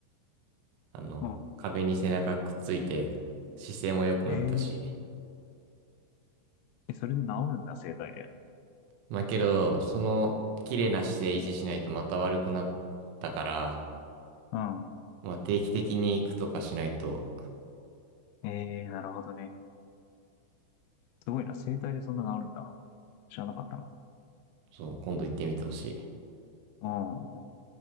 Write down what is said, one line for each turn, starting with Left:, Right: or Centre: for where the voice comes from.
Right: あの、
Left: うん。
Right: 壁に背中くっついて、姿勢も良くなったし。
Left: えー、え、それで治るんだ、整体で。
Right: まあけど、その、綺麗な姿勢維持しないとまた悪くなったから、
Left: うん。
Right: まあ定期的に行くとかしないと、
Left: えー、なるほどね。すごいな、整体でそんな治るんだ。知らなかったな。
Right: そう、今度行ってみてほしい。
Left: うん。